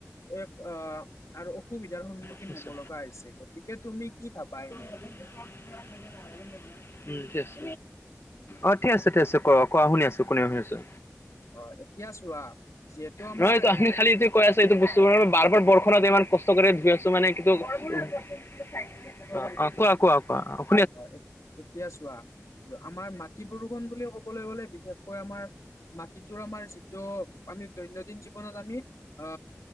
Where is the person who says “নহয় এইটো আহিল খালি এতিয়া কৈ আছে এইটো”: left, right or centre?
Left